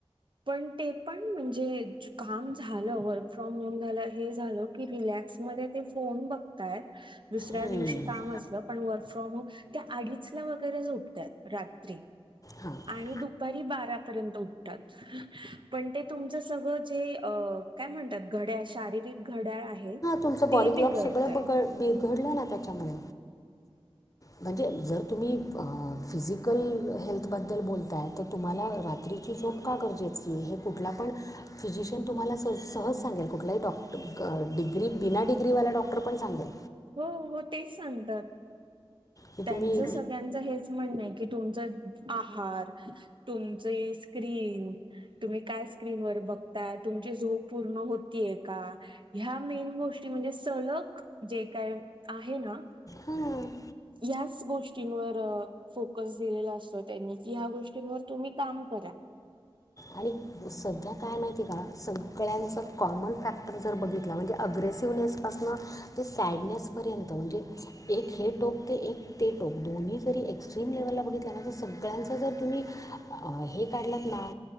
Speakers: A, on the right; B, on the left.
A: पण ते पण म्हणजे काम झालं वर्क फ्रॉम होम झालं हे झालं की रिॅक्स ते फोन बघतायत दुसऱ्या
B: हम्म.
A: दिवशी कामं असत पण फ्रॉम होम त्या अडीच ला वगैरे झोपतात रात्री
B: हां
A: आणि दुपारी बारापर्यंत उठतात पण ते तुमच सगळं जे काय म्हणतात घड्याळ शारीरिक घड्याळ आहे
B: तुमच बॉडी
A: ते बिघडतय
B: क्लॉक सगळं बड बिघडलं ना त्याच्यामुळे म्हणजे जर तुम्ही फिजिकल हेल्थबद्दल बोलताय तर तुम्हाला रात्रीची प का गरजे कुठला पण फिजिशियन तुम्हाला स सहज सांगेल कुठही डॉक्ड बिना डिग्रीवाला डॉक्टर पण सांगेल
A: हो हो तेच सांगतात
B: की
A: त्यांचं
B: तुम्ही
A: सगळ्यांचं हेच म्हणणं आहे की तुमचं आहार तुमच स्क्रीन तुम्ही काय स्क्रीन वर बघ तुमची झोप पूर्ण होती का ह्या मेन गोष्ट म्हणजे सलग जे काय आहे ना
B: हम्
A: ह गोष्टीवर फोकस दिले असत त्यांनी क ह गोष्टींवर तुम्ही काम करा
B: आणि सध्या काय माहिती आहे का सगळ्यांचा कॉमन फॅक्टर जर बघितला म्हणजे अग्रेस सीवनेसपासन ते सॅडनेसपर्यंत म्हणजे एक हे टोक ते एक ते टोक. दोन्ही जरी एक्स्ट्रीम लेवलला बघितलं ना तर सगळ्यांच जर तुम्ही हे काढलात ना